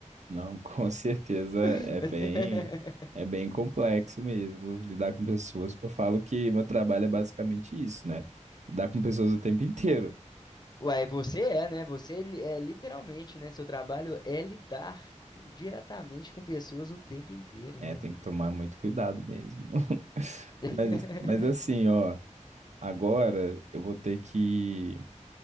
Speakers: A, on the right (about 65°); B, on the left (about 35°).
A: Não, <laughs> com certeza
B: <laughs>
A: é bem, é bem complexo mesmo lidar com pessoas, que eu falo que meu trabalho é basicamente isso, né? Lidar com pessoas o tempo inteiro.
B: Uai, você é, né? Você é li- é literalmente, né? Seu trabalho é lidar diretamente com pessoas o tempo inteiro,
A: É,
B: né,
A: tem
B: velho?
A: que tomar muito cuidado mesmo. <laughs>
B: <laughs>
A: Mas, mas assim, ó, agora eu vou ter que,